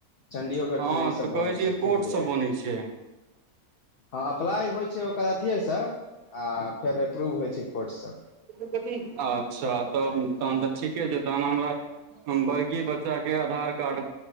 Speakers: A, on the left (about 75°); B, on the right (about 75°).
A: चंडीओगढ़
B: हँ
A: मे इई सब
B: तऽ
A: बनै
B: कहै छियै
A: छै फैमिली
B: कोर्ट सब
A: आई
B: बनै
A: डी
B: छै
A: हँ अप्लाई होइ छै ओकर अथीेये सँ आ फेर अप्रूव होइ छै कोर्ट से।
B: अच्छा तब तहन तऽ ठीके छै ताहन हमरा। हम बड़की बच्चा के आधार कार्ड